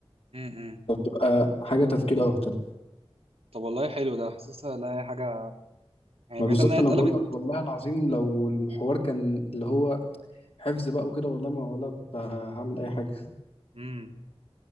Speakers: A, on the right (about 70°); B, on the left (about 65°).
A: امم
B: تبقى حاجة تفكير أكتر
A: طب والله حلو ده حاسسها لها حاجه يعني
B: ما
A: بعيد
B: بالظبط
A: انها
B: أنا
A: اتقلبت
B: بقول لك والله العظيم لو المحور كان اللي هو حفظ بقى وكده والله ما والله كنت هعمل أي حاجة
A: امم